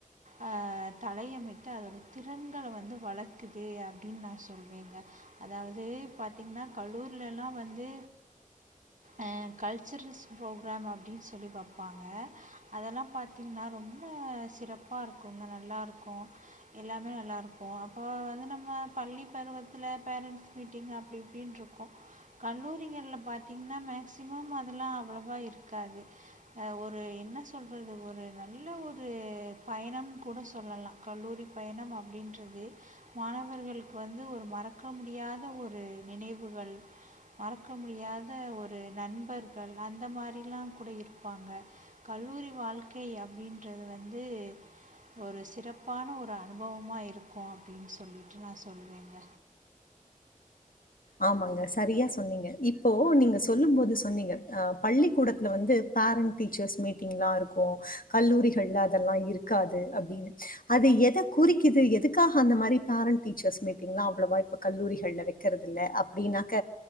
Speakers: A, on the right (about 65°); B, on the left (about 80°).
A: அ தலையமட்டு அதோட திறன்கள வந்து வளர்க்குது அப்டின்னு நா சொல்வேங்க அதாவது பாத்தீங்கன்னா கல்லூரிலலா வந்து அ கல்ச்சரல்ஸ் ப்ரோக்ராம் அப்படின்னு சொல்லி பாப்பாங்க அதெல்லா பாத்தீங்கன்னா ரொம் அ சிறப்பா இருக்குங்க நல்லா இருக்கு எல்லாமே நல்லா இருக்கு அப்போ வந்து நம்ம பள்ளி பருவத்துல பேரண்ஸ் மீட்டிங் அப்டி இப்டின்னு இருக்கு கல்லூரிகள்ல பாத்தீங்கன்னா மேக்சிமம் அதெல்லா அவ்ளவா இருக்காது ஒரு என்ன சொல்றது ஒரு நல்ல நல்ல ஒரு பயணம்னு கூட சொல்லலா கல்லூரி பயணம் அப்டின்றது மாணவர்களுக்கு வந்து ஒரு மறக்க முடியாத ஒரு நினைவுகள் மறக்க முடியாத ஒரு நண்பர்கள் அந்த மாரிலா கூட இருப்பாங்க கல்லூரி வாழ்க்கை அப்படின்றது வந்து ஒரு சிறப்பான ஒரு அனுபவமா இருக்கு அப்படின்னு சொல்லிட்டு நா சொல்லுவேங்க
B: ஆமாங்க சரியா சொன்னீங்க இப்போ நீங்க சொல்லும் போது சொன்னீங்க அ பள்ளிக்கூடத்துல வந்து பேரண்ட் டீச்சர்ஸ் மீட்டிங்லா இருக்கு கல்லூரிகள்ல அதெல்லாம் இருக்காது அப்படின்னு அது எதை குறிக்குது எதுக்காக அந்த மாதிரி பேரண்ட் டீச்சர்ஸ் மீட்டிங் எல்லாம் அவ்வளவா இப்ப கல்லூரிகள்ல வைக்கிறது இல்ல அப்டினாக்க